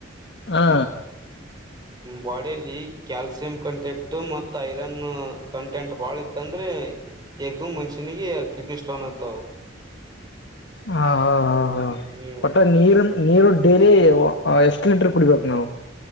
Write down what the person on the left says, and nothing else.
ಹಾ
ಹ ಹಾ ಹಾ ಹಾ
ಒಟ್ಟ ನೀರ್ ನೀರು ಡೇಲಿ ಎಷ್ಟ್ ಲೀಟರ್ ಕುಡಿಬೇಕು ನಾವು